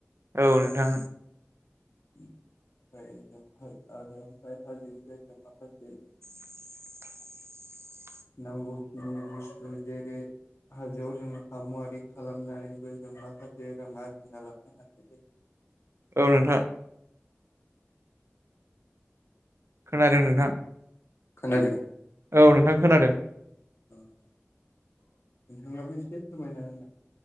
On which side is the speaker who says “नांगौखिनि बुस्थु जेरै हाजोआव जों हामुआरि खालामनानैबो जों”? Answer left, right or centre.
Left